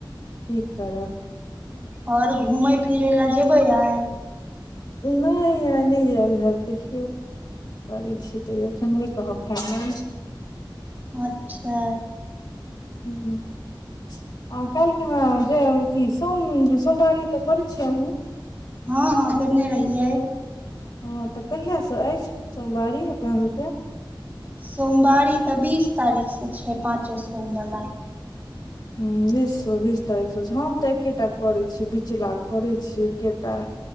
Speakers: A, on the left; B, on the right.
A: की करब
B: ओर घूमय फिरै लए जेबै आय
A: नहि आय नहि जयल हैत देखियौ कड़ै छी त एखन नहि कहब खे काल
B: अच्छा
A: <unintelligible> आ काल्हि खुना जे अथी सो सोमवारी तऽ करैत छियै अहुँ
B: हँ हँ केने रहियै
A: हँ तऽ कहिया से अछि सोमवारी अपना सबके
B: सोमवारी तऽ बीस तारीख से छै पाचो सोम वला
A: ह बीस सँ बीस तारीख स छै हम तऽ एकेटा करै छियै बिचला करै छियै एकेटा